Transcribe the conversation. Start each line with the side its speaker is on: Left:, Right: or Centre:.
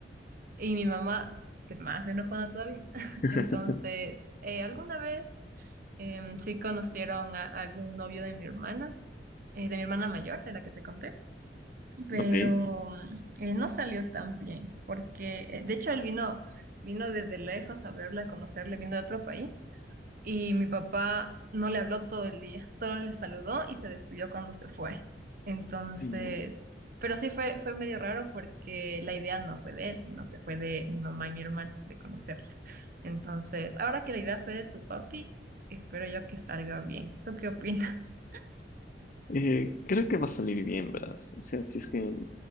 Right: y mi mamá es más enojona todavía. <laughs>
Left: <laughs>
Right: Entonces, eh, alguna vez em, sí conocieron a, a algún novio de mi hermana, eh, de mi hermana mayor, de la que te conté pero
Left: Ok,
Right: eh, no salió tan bien, porque eh, de hecho él vino, vino desde lejos a verla, a conocerle, vino de otro país, y mi papá no le habló todo el día, solo le saludó y se despidió cuando se fue. Entonces,
Left: no.
Right: pero sí fue, fue medio raro porque la idea no fue de él, sino que fue de mi mamá y mi hermana, de conocerles. Entonces, ahora que la idea fue de tu papi, espero yo que salga bien. ¿Tú qué opinas?
Left: Eh, creo que va a salir bien, verás. O sea, si es que...